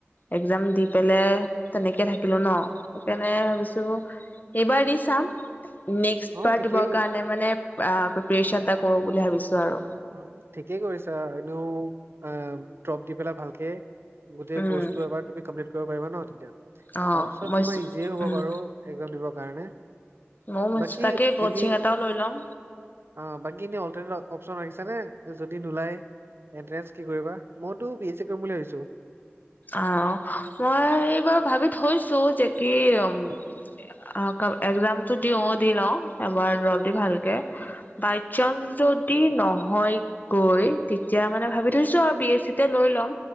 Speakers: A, on the left; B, on the right.
A: এক্জাম দি পেলাই তেনেকে থাকিলো ন সেইকাৰণে ভাবিছো এইবাৰ দি চাম নেক্সট
B: অ
A: বাৰ
B: ঠিকেই
A: দিবৰ কাৰণে মানে আ প্ৰিপেচন এটা কৰো বুলি ভাবিছো আৰু।
B: অ ঠিকেই কৰিছা। এনেও ড্ৰপ দি পেলাই ভালকে গোটেই
A: উম
B: ক্ৰ'জ টো এবাৰ তুমি কমপ্লিট কৰিব পাৰিবা ন তেতিয়া
A: অ
B: তাৰ পিছত
A: মই
B: তোমাৰ আজি হে হব
A: উম
B: বাৰু। একজাম দিবৰ কাৰণে।
A: ময়ো ভাবিছো
B: বাকী
A: তাকে কচিং
B: এনেই
A: এটাও লৈ ল'ম।
B: অ' বাকী ইনে অল টাইমত অফ চ' আহিছানে যদি নোলায়, এনন্টেন্চ কি কৰিবা মই টো বি এ চি কৰিম বুলি ভাবিছোঁ।
A: অ, মই এইবাৰ ভাবি থৈছো যেদি কি উ এক্জামটো দিও দি লওঁ। এবাৰ ৰবি দি ভালকে, বাই চান্স যদি নহয় গৈ তেতিয়া মানে ভাবি থৈছো আৰু বি এছ চি তে লৈ লম।